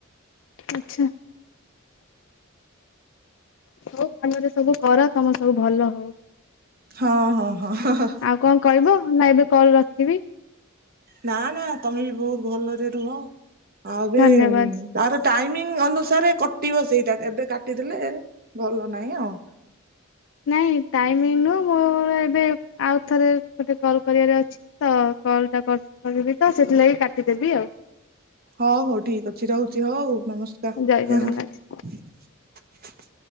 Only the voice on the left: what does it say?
ଆଚ୍ଛା ହଉ ଭଲରେ ସବୁ କର ତମେ ସବୁ ଭଲ ହଉ?
ଆଉ କଣ କହିବ ନା ଏବେ କଲ୍ ରଖିବି?
ଧନ୍ୟବାଦ।
ନାଇ ଟାଇମ ନୁହଁ ମୋ ଏବେ ଆଉ ଥରେ କଲ୍ କରିଆରର ତଅଛିତ କଲ୍ ଟା କରିବି ତ ସେଥିଲାଗି କାଟିଦେବି ଆଉ?
ଜୟ
ଜଗନ୍ନାଥ।